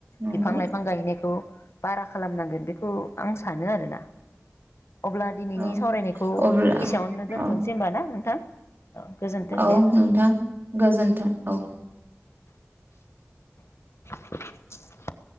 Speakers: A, on the right (about 50°); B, on the left (about 65°).
A: नंगौ
B: बिफां लाइफां गायनायखौ बारि खालामनांगोन बेखौ आं सानो आरोना। अब्ला दिनैनि
A: औ
B: सावरायनायखौ
A: अब्ला
B: एसेयावनो दोनथ'नोसै
A: औ
B: होमबा ना नोंथां? औ गोजोन्थों
A: औ
B: दे
A: नोंथां गोजोन्थों औ।
B: <inaudible>